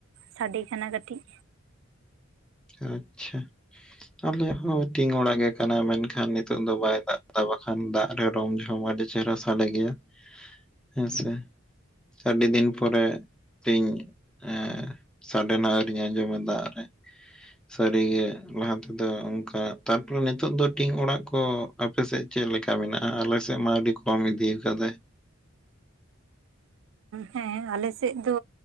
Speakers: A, on the right; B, in the centre.
A: ᱥᱟᱰᱮ ᱠᱟᱱᱟ ᱠᱟᱹᱴᱤᱡ᱾
B: ᱟᱪᱪᱷᱟ ᱟᱞᱮᱭᱟᱜ ᱦᱚᱸ ᱴᱤᱝ ᱚᱲᱟᱜ ᱜᱮ ᱠᱟᱱᱟ ᱢᱮᱱᱠᱷᱟᱱ ᱱᱤᱛᱚᱜ ᱫᱚ ᱵᱟᱭ <inaudible> ᱵᱟᱠᱷᱟᱱ ᱫᱟᱜ ᱨᱮ ᱨᱚᱢ ᱡᱷᱚᱢ ᱟᱹᱰᱤ, ᱥᱮᱨᱟ ᱥᱟᱰᱮ ᱜᱮᱭᱟ᱾ ᱦᱮᱸ ᱥᱮ ᱟᱹᱰᱤ ᱫᱤᱱ ᱯᱚᱨᱮ, ᱴᱤᱝ ᱮ ᱥᱟᱰᱮ ᱢᱟ ᱟᱹᱨᱤᱧ ᱟᱸᱡᱚᱢᱟ ᱫᱟᱜ ᱨᱮ᱾ ᱥᱟᱹᱨᱤᱜᱮ ᱞᱟᱦᱟ ᱛᱮᱫᱚ ᱚᱱᱠᱟ ᱛᱟᱨᱯᱚᱨᱮ ᱱᱤᱛᱚᱜ ᱫᱚ ᱴᱤᱝ ᱚᱲᱟᱜ ᱠᱚ, ᱟᱯᱮᱥᱮᱜ ᱪᱮᱜ ᱞᱮᱠᱟ ᱢᱮᱱᱟᱜᱼᱟ ᱟᱞᱮᱥᱮᱜ ᱢᱟ ᱟᱹᱰᱤ ᱠᱚᱢ ᱤᱫᱤᱠᱟᱫᱟᱭ᱾
A: ᱦᱮᱸ ᱟᱞᱮᱥᱮᱫ ᱫᱚ